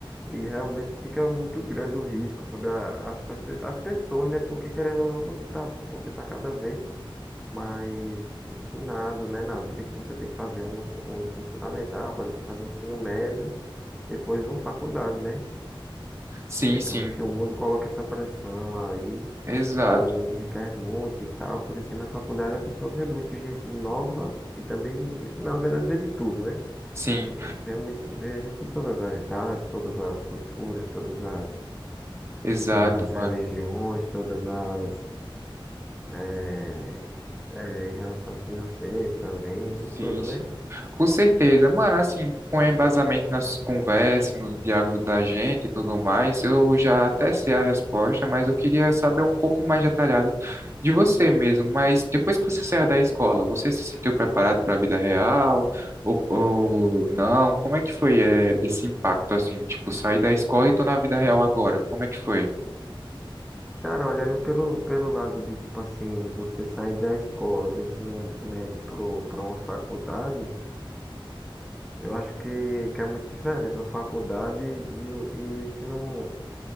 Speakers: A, in the centre; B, on the right (about 30°).
A: E realmente fica muito grande o risco sobre a- as, pessoa- as pessoas, né? Porque querendo ou não, você tá, você tá cada vez mais ensinado, né? Na vida que você tem que fazer um, ensi- um ensino fundamental, para depois fazer um ensino médio, depois uma faculdade, né?
B: sim,
A: Digamos
B: sim,
A: que o mundo coloca essa pressão aí
B: exato,
A: e requer muito e tal. Por isso que na faculdade a pessoa vê muito gente nova e também, na verdade, vê de tudo, né?
B: sim,
A: Vê, muito, vê gente de todas as idades, todas as culturas, todas as
B: exato,
A: as
B: mano.
A: religiões, todas as. eh, eh, em relação financeira também, e
B: Sim,
A: tudo,
B: sim.
A: né?
B: Com certeza. Mano, assim, com embasamento nas conversas, nos diálogos da gente e tudo mais, eu já até sei a resposta, mas eu queria saber um pouco mais detalhado de você mesmo. Mas depois que você saiu da escola, você se sentiu preparado para a vida real ou, ou não? Como é que foi, eh, esse impacto, assim? Tipo, sair da escola e tô na vida real agora. Como é que foi?
A: Cara, olhando pelo, pelo lado de, tipo assim, você sair da escola, do ensino médio pro, pra uma faculdade, eu acho que, que é muito diferente uma faculdade e o, e o ensino